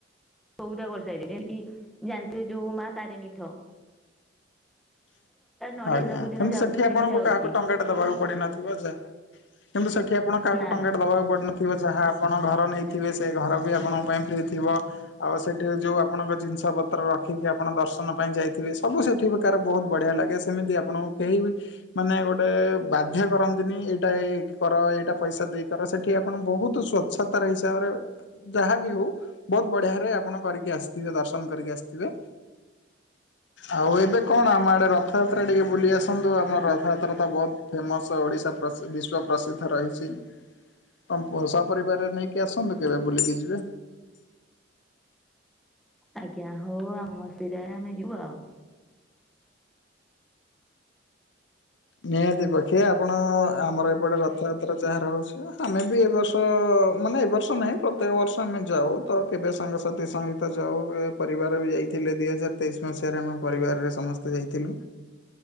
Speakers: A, in the centre; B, on the left (about 75°).
A: ସଉଦା କରିସାଇ ଲେନି ଯେଣି କି ଜାଣିଥିବେ ଯୋଉ ମା ତାରିଣୀଠ ନଡିଆ
B: ଆଜ୍ଞା
A: ଦିନକୁ ଦିନ
B: କିନ୍ତୁ
A: ଯାଉଛି
B: ସେଠି ଆପଣଙ୍କୁ
A: ଦିନକୁ ଯାଉଛି
B: କାହାକୁ ଟଙ୍କାଟେ ଦବାକୁ ପଡିିନଥିବ ଯା କିନ୍ତୁ ସେଠି ଆପଣ କାହାକୁ
A: ନା
B: ଟଙ୍କାଟେ
A: ନା
B: ଦେବାକୁ ପଡି ନ ଥିବ ଯାହା ଆପଣ ଘର ନେଇଥିବେ ସେ ଘର ବି ଆପଣଙ୍କ ପାଇଁ ଫ୍ରି ଥିବ। ଆଉ ସେଠି ଯୋଉ ଆପଣଙ୍କ ଜିନିଷ ପତ୍ର ରଖିକି ଆପଣ ଦର୍ଶନ ପାଇଁ ଯାଇଥିବେ ସବୁ ସେଠି କାର ବହୁତ ବଢ଼ିଆ ଲାଗେ ସେମିତି ଆପଣଙ୍କୁ କେହି ବି ମାନେ ଗୋଟେ ବାଧ୍ୟ କରନ୍ତିନି ଏଇଟା ଏଇ କର ଏଇଟା ପଇସା ଦେଇ କର। ସେଠି ଆପଣ ବହୁତ ସ୍ଵଚ୍ଛତାର ହିସାବରେ ଯାହା ବିି ହଉ ବହୁତ ବଢିଆ ରେ ଆପଣ କରିକି ଆସିଥିବେ ଦର୍ଶନ କରିକି ଆସିଥିବେ। ଆଉ ଏବେ କଣ ଆମ ଆଡେ ରଥ ଯା ଯାତ୍ରା ଟିକେ ବୁଲି ଆସନ୍ତୁ। ଆମର ରଥଯାତ୍ରା ତ ବହୁତ ଫେମସ ଓଡିଶା ପ୍ରସି ବିଶ୍ଵ ପ୍ରସିଦ୍ଧ ରହିଛି। ତମ ପୁଅ ସ ପରରିବାରରେ ନେଇକି ଆସନ୍ତୁ କେବେ ବୁଲିକି ଯିବେ।
A: ଆଜ୍ଞା ହଉ ଆମ ସୁବିଧାରେ ଆମେ ଯିବୁ ଆଉ।
B: ନିହାତି ପକ୍ଷେ ଆ ଆପଣ ଆମର ଏପଟେ ରଥଯାତ୍ରା ଯାହାର ହଉଛି ଆମେ ବି ଏ ବର୍ଷ ମାନେ ଏ ବର୍ଷ ନାହିଁ। ପ୍ରତ୍ୟେକ ବର୍ଷ ଆମେ ଯାଉ ତ କେବେ ସାଙ୍ଗସାଥି ସଙ୍ଗତ ଯାଉ କେ ପରିବାର ବି ଯାଇଥିଲେ ଦି ହଜାର ତେଇଶି ମସିହାରେ ଆମ ପରିବାରରେ ସମସ୍ତେ ଯାଇଥିଲୁ।